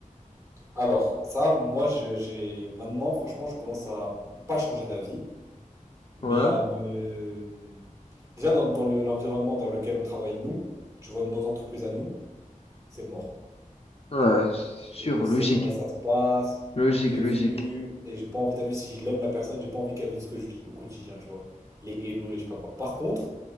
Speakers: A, on the right (about 25°); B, on the left (about 45°).
A: Alors, ça, moi, je- j'ai maintenant, franchement, je commence à pas changer d'avis. Mais
B: Ouais.
A: à me- déjà, dans, dans le- l'environnement dans lequel on travaille, nous, tu vois, nos entreprises à nous, c'est mort,
B: Ouais,
A: tu vois.
B: sûr,
A: Je sais
B: logique.
A: comment ça se passe,
B: Logique,
A: j'ai
B: logique.
A: vu, et j'ai pas envie, t'as vu, si je l'aime la personne, j'ai pas envie qu'elle vive ce que je vis au quotidien, tu vois. Les hello, les je sais pas quoi. Par contre,